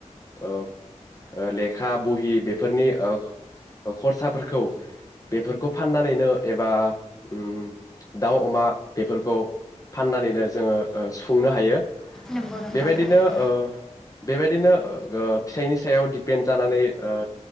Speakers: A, on the left; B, in the centre.
A: ओ। लेखा बहि बेफोरनि ओ खरसाफोरखौ बेफोरखौ फाननानैनो एबा उम दाउ अमा बेफोरखौ फाननानैनो जोङो सुफुंनो हायो।
B: नंगौ नोंथां
A: बेबायदिनो
B: थारैनो
A: ओ। बेबायदिनो ओ फिसायनि। सायाव दिपेन्ड जानानै ओ